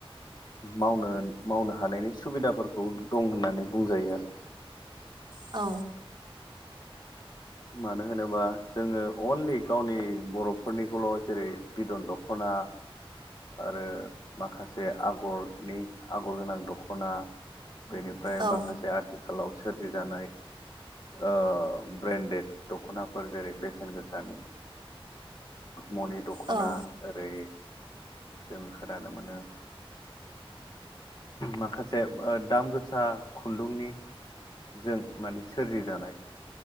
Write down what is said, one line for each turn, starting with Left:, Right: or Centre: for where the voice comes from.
Left: मावनो मावनो हानायनि सुबिदाफोरखौ दं होननानै बुंजायो आरो
Right: औ
Left: मानो होनोबा जोङो अनलि गावनि बर'फोरनिखौल' जेरै बिदन दख'ना दा आरो माखासे आगरनि आगर गोनां दख'ना बेनिफ्राय
Right: औ
Left: माखासे आथिखालाव सोरजिजानाय ओ ब्रेन्डेड दख'नाफोर जेरै बेसेन गोसानि मनि दख'ना
Right: औ
Left: ओरै जों खोनानो मोनो माखासे ओ दाम गोसा खुन्दुंनि जों माने सोरजिजानाय